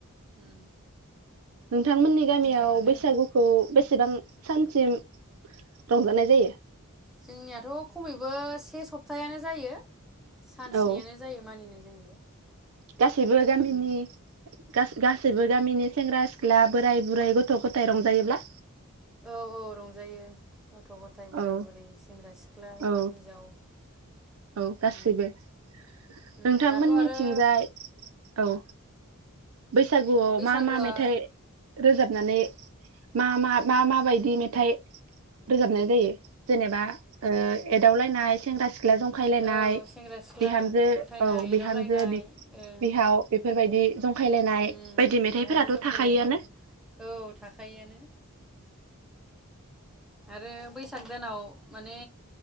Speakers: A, in the centre; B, on the right.
A: उम
B: नोंथांमोननि गामियाव
A: मोजाङानो
B: बैसागुखौ बेसेबां सानसिम रंजानाय जायो?
A: जोंनियाथ खमैबो से सप्थायानो जायो। सान्सिनियानो
B: औ
A: जायो मानिनाय जायो।
B: गासैबो गामिनि
A: उम
B: गासैबो गामिनि सेंग्रा सिख्ला बोराय बुरै गथ गथाय रंजायोब्ला
A: औ औ रंजायो। गथ गथाय बोराय
B: औ
A: बुरै सेंग्रा सिख्ला। सिख्ला हौवा
B: औ
A: हिन्जाव
B: औ गासैबो
A: उम
B: नोंथांमोननिथिंजाय
A: उम दाथ' आरो
B: औ बैसागुआव
A: बैसागुआ
B: मा मा मेथाइ रोजाबनानै मा मा मा माबायदि मेथाइ रोजाबनाय जायो जेनेबा ओ एदावलायनाय सेंग्रा सि सिख्ला जंखायलायनाय
A: औ सेंग्रा सिख्ला
B: बिहामजो
A: बुरखायनाय
B: औ
A: एदावलायनाय
B: बिहामजो बि
A: ओं
B: -बिहाव बेफोरबायदि बे जंखायलायनाय
A: उम
B: बायदि मेथाइफोराथ
A: बिहामजो जंखायलायनाय
B: थाखायोआनो।
A: औ थाखायोआनो आरो बैसाग दानाव माने